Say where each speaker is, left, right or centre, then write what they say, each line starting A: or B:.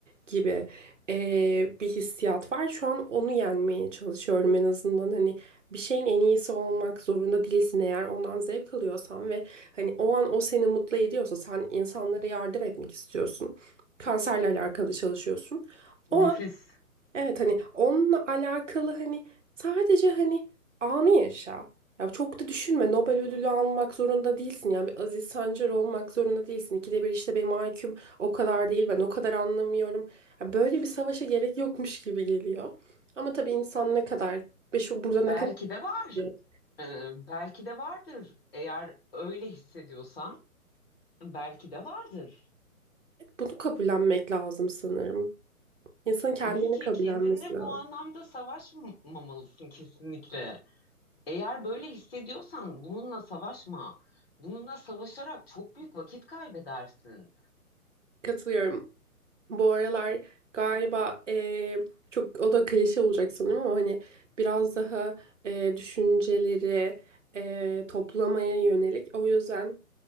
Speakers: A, on the right (about 55°); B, on the left (about 40°).
A: gibi eee, bir hissiyat var. Şu an onu yenmeye çalışıyorum en azından. Hani bir şeyin en iyisi olmak zorunda değilsin eğer ondan zevk alıyorsan ve hani o an o seni mutlu ediyorsa sen insanlara yardım etmek istiyorsun. Kanserle alakalı çalışıyorsun. O
B: nefis.
A: Evet hani onunla alakalı hani sadece hani anı yaşa. Ya çok da düşünme. Nobel ödülü almak zorunda değilsin. Yani bir Aziz Sancar olmak zorunda değilsin. İkide bir işte benim IQ'm o kadar değil. Ben o kadar anlamıyorum. Ya böyle bir savaşa gerek yokmuş gibi geliyor. Ama tabii insan ne kadar ve şu burada ne
B: Belki
A: kadar
B: de var,
A: biliyorsa
B: Ee, belki de vardır. Eğer öyle hissediyorsan, belki de vardır.
A: bunu kabullenmek lazım sanırım. İnsanın kendini
B: Tabii ki
A: kabullenmesi
B: kendinle
A: lazım.
B: bu anlamda savaşmamalısın kesinlikle. Eğer böyle hissediyorsan bununla savaşma. Bununla savaşarak çok büyük vakit kaybedersin.
A: Katılıyorum. Bu aralar galiba eee, çok o da klişe olacak sanırım ama hani biraz daha eee, düşünceleri eee, toplamaya yönelik. O yüzden